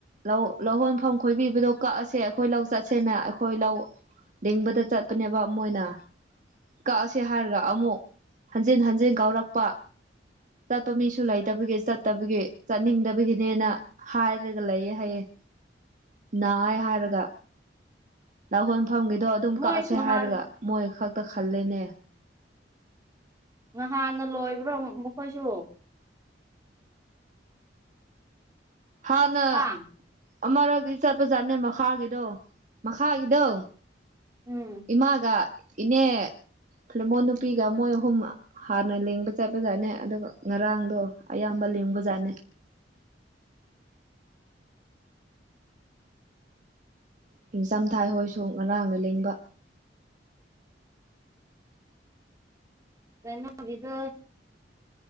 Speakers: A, on the right; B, on the right.
A: ꯂꯧ ꯂꯧꯍꯣꯟꯐꯝ ꯈꯣꯏꯕꯤꯕꯗꯣ ꯀꯛꯑꯁꯦ ꯑꯩꯈꯣꯏ ꯂꯧ ꯆꯠꯁꯦꯅ ꯑꯩꯈꯣꯏ ꯂꯧ ꯂꯤꯡꯕꯗ ꯆꯠꯄꯅꯦꯕ ꯑꯃ ꯑꯣꯏꯅ ꯀꯛꯑꯁꯤ ꯍꯥꯏꯔꯒ ꯑꯃꯨꯛ ꯍꯟꯖꯤꯟ ꯍꯟꯖꯤꯟ ꯀꯥꯎꯔꯛꯄ ꯆꯠꯄ ꯃꯤꯁꯨ ꯂꯩꯇꯕꯒꯤ ꯆꯠꯇꯕꯒꯤ ꯆꯠꯅꯤꯡꯗꯕꯒꯤꯅꯦꯅ ꯍꯥꯏꯔꯒ ꯂꯩꯌꯦꯦ ꯍꯥꯏꯌꯦꯦ ꯅꯥꯏ ꯍꯥꯏꯔꯒ ꯂꯧꯍꯣꯟꯐꯝꯒꯤꯗꯣ ꯑꯗꯨꯝ
B: ꯃꯣꯏꯁꯨ
A: ꯀꯛꯑꯁꯦ
B: ꯅꯍꯥꯟ
A: ꯍꯥꯏꯔꯒ ꯃꯣꯏ ꯈꯛꯇ ꯈꯜꯂꯦꯅꯦ
B: ꯉꯍꯥꯟꯅ ꯂꯣꯏꯕ꯭ꯔꯣ ꯃꯈꯣꯏꯁꯨ
A: ꯍꯥꯟꯅ
B: ꯍꯥ
A: ꯑꯃꯔꯛꯇꯗꯤ ꯆꯠꯄ ꯖꯥꯠꯅꯦ ꯃꯈꯥꯒꯤꯗꯣ ꯃꯈꯥꯒꯤꯗꯣ
B: ꯎꯝ
A: ꯏꯃꯥꯒ ꯏꯅꯦ ꯈꯃꯣꯏ ꯅꯨꯄꯤꯒ ꯃꯣꯏ ꯑꯍꯨꯝ ꯍꯥꯟꯅ ꯂꯦꯡꯕ ꯆꯠꯄꯖꯥꯠꯅꯦ ꯑꯗꯨꯒ ꯉꯔꯥꯡꯗꯣ ꯑꯌꯥꯝꯕ ꯂꯦꯡꯕ ꯖꯥꯠꯅꯦ ꯅꯤꯡꯆꯝꯊꯥꯍꯣꯏꯁꯨ ꯉꯔꯥꯡꯅ ꯂꯦꯡꯕ
B: ꯀꯩꯅꯣ ꯏꯗ